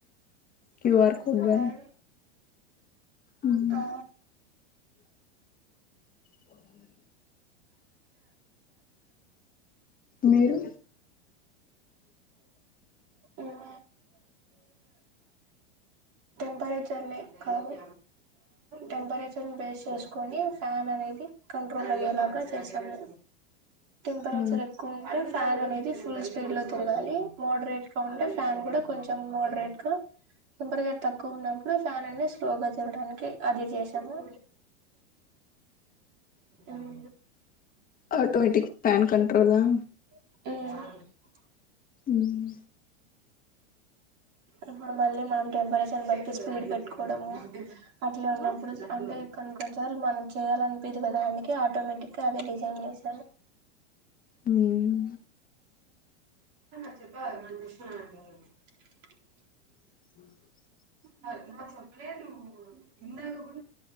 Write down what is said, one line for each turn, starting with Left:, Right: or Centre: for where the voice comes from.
Left: క్యూఆర్
Right: మ్మ్
Left: కో ఫుడ్బా ఉమ్
Right: ఆ
Left: బండి మీరు
Right: ఆ టెంపరేచర్ నీ కాదు టెంపరేచర్ ని బేస్ చేసుకొని ఫ్యాన్ అనేది కంట్రోల్ అయ్యేలాగ చేసాము టెంపరేచర్
Left: ఆ
Right: ఎక్కువ ఉంటే ఫ్యాన్ అనేది ఫుల్ స్పీడ్ లో తిరగాలి మోడరేట్ గా ఉంటే ఫ్యాన్ కూడా కొంచెం మోడరేట్ గా టెంపర్ తప్ అప్పుడు ఫ్యాన్ అన్ని స్లోగా తిరగడానికి అది చేశాము ఉమ్
Left: ఆటోమేటిక్ ఫ్యాన్ కంట్రోల్ ఆ
Right: ఉమ్
Left: ఉమ్
Right: ఇప్పుడు మళ్ళీ మనం టెంపరేచర్ బట్టి స్పీడ్ పెట్టుకోవడము అట్లా ఉన్నప్పుడు అంటే కొ కొన్నిసార్లు మనం చేయాలినిపిదు కదా అందుకే ఆటోమేటిక్ గా అదే డిజైన్ చేసాలి
Left: ఉమ్
Right: <unintelligible>
Left: ఆ
Right: నాక్ చెప్పలేదు నువ్వు ఇందాక కు